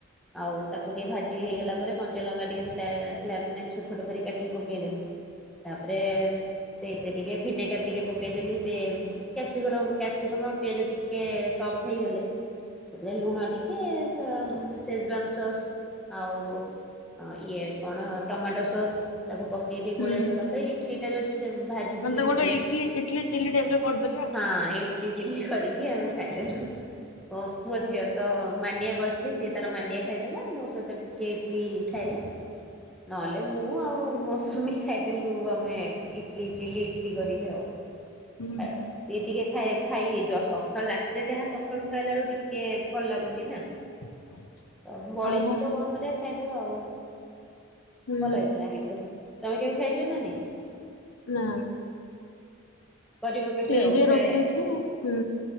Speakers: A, in the centre; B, on the left.
A: ଆଉ ତାକୁ ଟିକେ ଭାଜି ହେଇଗଲା ପରେ କଞ୍ଚାଲଙ୍କା ଟିକେ ଛୋଟ ଛୋଟ କରି କାଟିକି ପକେଇଦେଲି ତାପରେ ସେଇଥିରେ ଟିକେ ଭିନେଗାର ଟିକେ ପକେଇଦେଲି ସେ ଯୋଉ କ୍ୟାପ୍ସିକମ କ୍ୟାପ୍ସିକମ ଆଉ ପିଆଜ ଟିକେ ସଫ୍ଟ ହେଇଗଲେ ସେଥିରେ ଲୁଣ ଟିକେ ସେଜୱାନ ସସ୍ ଆଉ ଅ ଇଏ କଣ ଟମାଟୋ ସସ୍ ତାକୁ ପକେଇ ଟିକି
B: ହୁଁ
A: ଗୋଳେଇ ସାରିଲା ପରେ <unintelligible> ସେ ଭାଜିଥିଲି
B: ମାନେ ତ
A: ଟିକେ
B: ଗୋଟେ ଇଟଲି ଇଟଲି ଚିଲି ଟାଇପ୍ ର କରିଦେଲେ ଆଉ।
A: ହଁ ହଁ ଚଟଲି ଚିଲଲି କରିକି ଆମେ ଖାଇଦେଲୁ। ଓ ପୋ ଝିଅ ତ ମାଣ୍ଡିଆ କରିଥିଲି ସିଏ ତାର ମାଣ୍ଡିଆ ଖାଇଦେଲା ମୋ ସହିତ ଟିକେ କେ ଖାଇଲେ ନ ମୁଁ ଆଉ ମୋ ସ୍ବାମୀ ଖାଇଦେଲୁ ଆମେ ଇଟିଲି ଚିଲି ଇଟିଲି କରିକି ଆଉ
B: ହୁଁ
A: <unintelligible> ସିଏ ଟିକେ ଖାଇ ଖାଇ ହେଇଯିବ ସକାଳୁ ରାତିରେ ଯାହା ସକାଳୁ ଖାଇଲା ବେଳକୁ ଟିକେ ଭଲ ଲାଗୁନି ନା
B: <inaudible>
A: ଆଉ ବଳିଚିତ
B: ଓହୋ
A: କଣ କରିବା ଖାଇଦବା ଆଉ।
B: ହୁଁ
A: ଭଲ ହେଇଥିଲା କିନ୍ତୁ ତମେ କେବେ ଖାଇଛ ନା ନାଇଁ?
B: ନା।
A: କରିବ କେବେ
B: ଫ୍ରିଜ୍
A: ଆଉ
B: ରେ
A: ପ୍ରାୟ
B: ରଖିଦେଇଥିବେ
A: ଆଉ।
B: ହୁଁ